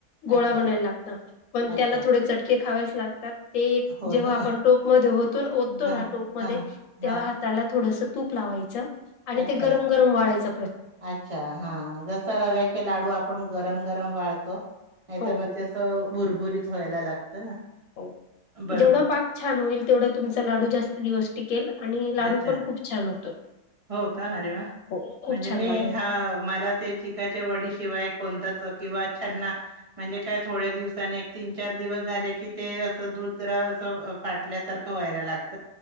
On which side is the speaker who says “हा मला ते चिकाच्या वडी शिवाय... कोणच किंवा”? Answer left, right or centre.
Right